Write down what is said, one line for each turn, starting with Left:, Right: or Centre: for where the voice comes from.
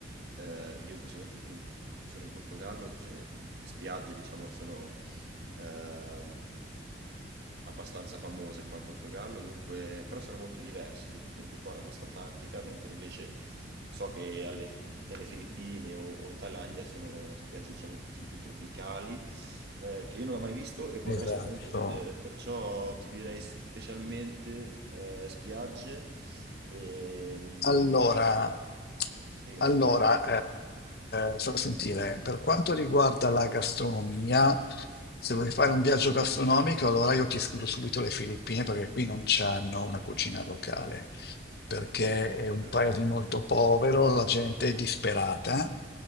Right: eh, io in questo momento sono in, sono in Portogallo, c'è- le spiagge diciamo sono ehm, abbastanza famose qua in Portogallo, dunque, però sono molto diverse perché comunque qua la costa atlantica, mentre invece so che alle, nelle Filippine o, o in Thailandia sono spiagge diciamo così più tropicali eh, che io non ho mai visto e vorrei
Left: Esatto.
Right: assolutamente vedere, perciò ti direi specialmente eh, spiagge e, mm,
Left: Allora,
Right: e gastronomia.
Left: allora eh, sto a sentire, per quanto riguarda la gastronomia, se vuoi fare un viaggio gastronomico, allora io ti escludo subito le Filippine perché qui non c'hanno una cucina locale. perché è
Right: Ok.
Left: un paese molto povero, la gente è disperata,